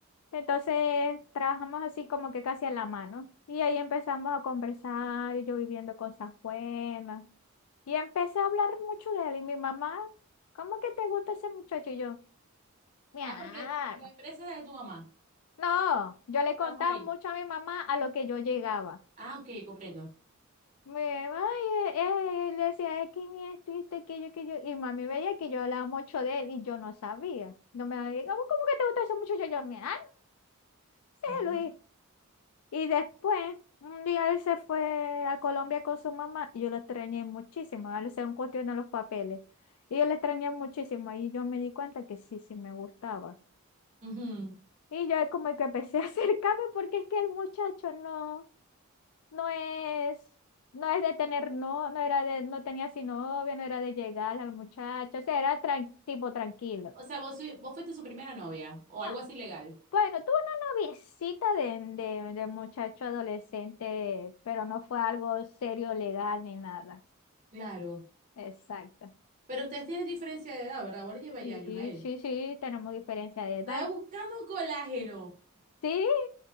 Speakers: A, on the left (about 75°); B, on the right (about 35°).
A: Entonces trabajamos así como que casi a la mano. Y ahí empezamos a conversar, y yo viviendo cosas buenas. Y empecé a hablar mucho de él. Y mi mamá, ¿cómo que te gusta ese muchacho? Y yo, mi
B: Ah,
A: alma.
B: porque la empresa era de tu mamá.
A: No, yo le
B: Trabajaba
A: contaba
B: ahí.
A: mucho a mi mamá a lo que yo llegaba.
B: Ah, ok, comprendo.
A: Me, ay, eh, eh", él decía, es que ni esto, y esto, aquello, aquello. Y mami veía que yo hablaba mucho de él y yo no sabía. No me había "¿Cómo cómo que te gusta eso mucho? Yo, yo, me, ah, sí
B: Ah,
A: Luis. Y después, un día él se fue a Colombia con su mamá y yo lo extrañé muchísimo. Él se cuestión a los papeles. Y yo lo extrañé muchísimo y yo me di cuenta que sí, sí me gustaba.
B: Ujú.
A: Y yo como que empecé a <laughs> acercarme porque es que el muchacho no. no es, no es de tener, no, no era de, no tenía así novia, no era de llegar al muchacho, o sea, era tran- tipo tranquilo.
B: O sea, vos, sui- vos fuiste su primera novia o algo
A: Ah,
B: así legal.
A: Bueno, tuvo una noviecita de, de, de muchacho adolescente, pero no fue algo serio, legal ni nada.
B: claro.
A: Exacto.
B: Pero ustedes tienen diferencia de edad, ¿verdad? Vos le lleváis
A: Sí,
B: años a él.
A: sí, sí, tenemos diferencia de edad.
B: Estaba buscando colágeno.
A: Sí,